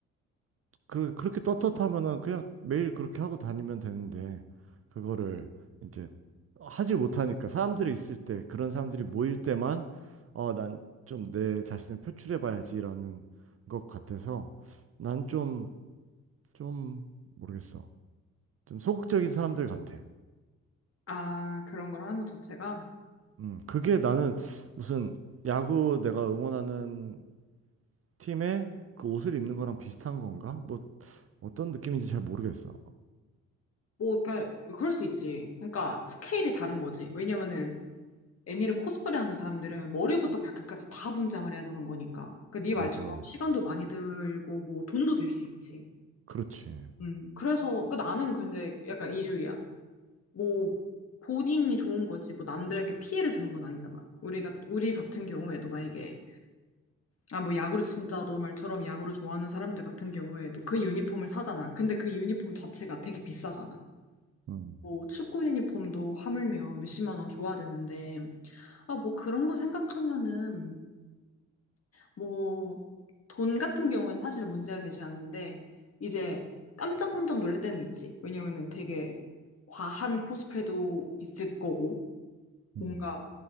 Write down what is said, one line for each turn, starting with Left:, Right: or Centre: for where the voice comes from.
Right: 그, 그렇게 떳떳하면은 그냥 매일 그렇게 하고 다니면 되는데, 그거를 이제 하지 못하니까, 사람들이 있을 때, 그런 사람들이 모일 때만, 어, 난 좀 내 자신을 표출해 봐야지라는 것 같아서, 난 좀, 좀, 모르겠어. 좀 소극적인 사람들 같아.
Left: 아, 그런 걸 하는 것 자체가?
Right: 음, 그게 나는 무슨 야구 내가 응원하는 팀에 그 옷을 입는 거랑 비슷한 건가? 뭐, 어떤 느낌인지 잘 모르겠어.
Left: 뭐, 그러니까, 그럴 수 있지. 그러니까, 스케일이 다른 거지. 왜냐면은, 애니를 코스프레하는 사람들은 머리부터 발끝까지 다 분장을 해야 되는 거니까. 그러니까 네
Right: 맞아.
Left: 말처럼 시간도 많이 들고 뭐 돈도 들 수 있지.
Right: 그렇지.
Left: 음. 그래서 그 나는 근데 약간 이주의야. 뭐 본인이 좋은 거지 뭐 남들에게 피해를 주는 건 아니잖아. 우리가 우리 같은 경우에도 만약에 아 뭐 야구를 진짜 너 말처럼 야구를 좋아하는 사람들 같은 경우에도 그 유니폼을 사잖아. 근데 그 유니폼 자체가 되게 비싸잖아.
Right: 음.
Left: 뭐 축구 유니폼도 하물며 몇십만 원 줘야 되는데 아 뭐 그런 거 생각하면은 뭐, 돈 같은 경우는 사실 문제가 되지 않는데, 이제 깜짝깜짝 놀랄 때는 있지. 왜냐면은 되게 과한 코스프레도 있을 거고, 뭔가
Right: 음,